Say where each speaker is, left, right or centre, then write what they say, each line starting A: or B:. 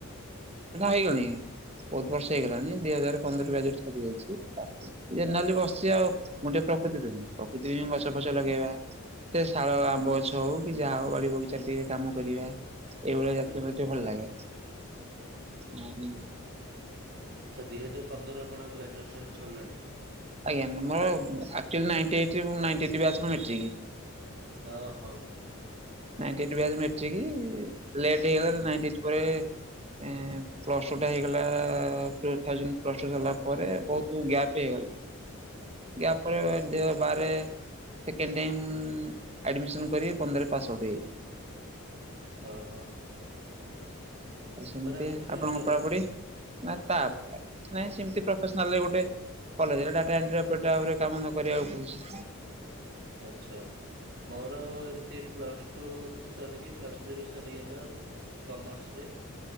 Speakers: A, on the right; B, on the right.
A: ହେଇଗଲାଣି ଦି ହଜାର ପନ୍ଦର ବ୍ୟାଚେ ରୂ ସରିଯାଇଚି‌। ଜେନାଲି ବସିଛି ଆଉ ମୁଁ ଟିକେ ପ୍ରକୃତି ପ୍ରେମୀ ପ୍ରକୃତି ହିଁ ଗଛ ଫଛ ଲଗେଇବା। ସେ ଶାଳ ଆମ୍ବ ଗ ହଉ କି ଯାହା ହଉ ବାଡି ବଗିଚାରେ ଟିକେ କାମ କରିବା ଏଇଭଳିଆ ଜାତି
B: ଏଇ
A: ମ ଟେ ଭଲ୍ ଲାଗେ। <inaudible>
B: ଆଛା ଦି ହଜାର୍ ପନ୍ଦର ଆପଣ ଗ୍ରାଜୁଏସନ୍ ସର୍ଲାଣି?
A: ଆଜ୍ଞା ମୁଁ ଆକଚାଲି ନାଇନ୍ଟି ଏଈଟ୍ ରେ ମୁଁ ନାଈନ୍ଟି ଏଠି ବ୍ୟଚ୍ ର ମେଟ୍ରିକ୍।
B: ଅ ହୋ।
A: ନାଇନ୍ଟି ଏଈଟ୍ ବ୍ଯାଚ ମେଟ୍ରିକି ଲେଟ୍ ହେଇଗଲା ତ ନାଇନ୍ଟି ପରେ ଏ ପ୍ଲସ୍ ଟୁ ଟା ହେଇଗଲା ଟୁଥାଉଜେଣ୍ଡ୍ ପ୍ଲସ ଟୁ ସଲା ପରେ ବହୁତୁ ଗ୍ୟାଫ୍ ହେଇଗଲା।
B: ଆଚ୍ଛା
A: ୟା ପରେ ଦେଅ ବାରେ ସେକେଣ୍ଡ୍ ଟାଇମ୍ ଆଡ୍ମିସନ୍ କରିବେ। ପନ୍ଦରେ ପାସ ଆଉଟ୍ ହେଇ
B: ଅହ।
A: ସେମ୍ତିଆ
B: ଆଉ କିଛି
A: ଆପଣଙ୍କ
B: କରିନାହାନ୍ତି
A: ପଢ଼ା ପାଢ଼ୀ ଆ ତା ନାଇ ଶେମ୍ତି ପ୍ରଫେସ୍ନାଲି ଗୋଟେ କଲେଜେରେ ଡାଟା ଏଣ୍ଟ୍ରି ଅପରେଟ ଭାବରେ କାମ ନ କରିବାକୁ ପଡୁଛି।
B: ଆଛା। ମୋର ଏମିତି ପ୍ଲସ୍ଟୁ ସରିକି ପ୍ଲସ୍ଥ୍ରୀ ବି ସରିଗଲା। କମର୍ସ ରେ